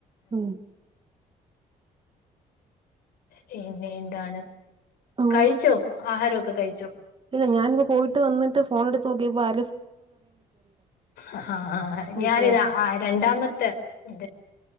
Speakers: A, on the right (about 35°); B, on the left (about 85°).
A: ഉം
B: പിന്നെ എന്താണ്
A: ഉം
B: കഴിച്ചോ ആഹാരമൊക്കെ കഴിച്ചോ
A: ഇല്ല ഞാനിപ്പോ പോയിട്ട് വന്നിട്ട് എടുത്ത് നോക്കിയപ്പോ ആ
B: ആഹആാാ
A: വിളിച്ചതാ
B: ഞാനിതാ ആഹ രണ്ടാമത്തെ ഇ